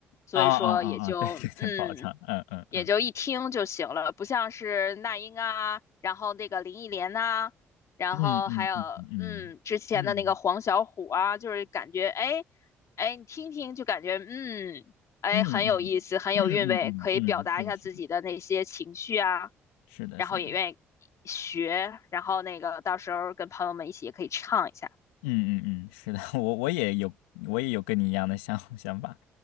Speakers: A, on the left (about 50°); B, on the left (about 80°).
A: 所以说也就嗯。
B: 啊啊啊啊，对对对，不好唱，嗯嗯嗯。
A: 也就一听就行了，不像是那英啊，然后那个林忆莲呐、然后还有嗯之前的那个黄小琥啊，
B: 嗯嗯嗯嗯嗯
A: 就是感觉哎哎你听听就感觉嗯哎很有意思，
B: 嗯嗯嗯嗯嗯嗯，
A: 很有韵味，可以表达一下自己的那些情绪啊，
B: 是是是的，
A: 然后也愿意学，
B: 是的，
A: 然后那个到时候跟朋友们一起也可以唱一下，
B: 嗯嗯嗯，是的，<laughs> 我我也有我也有跟你一样的想 <laughs> 想法，